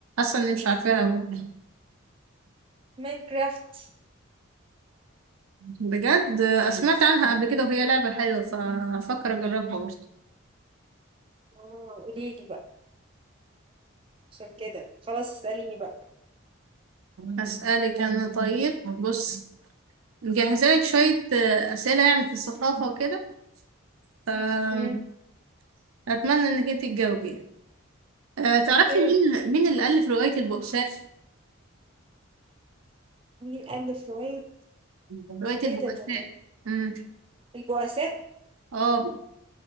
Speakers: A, on the right (about 85°); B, on the right (about 25°).
A: اني مش عارفاها برضو.
B: ماينكرافت
A: بجد آه، سمعت عنها قبل كده وهي لعبة حلوة فأفكر أجربها برضه
B: اه قوليلي بقى عشان كده خلاص اسأليني بقى
A: أسألك أنا طيب بص مجهزة لك شوية آه، أسئلة يعني في الثقافة وكده فأتمنى
B: مم.
A: إنك أنت تجاوبي يعني. آه، تعرفي
B: اوكي
A: مين مين اللي ألف رواية البؤساء؟
B: مين ألف رواية
A: رواية البؤساء
B: ايه ده ده ده
A: امم
B: البؤساء
A: اه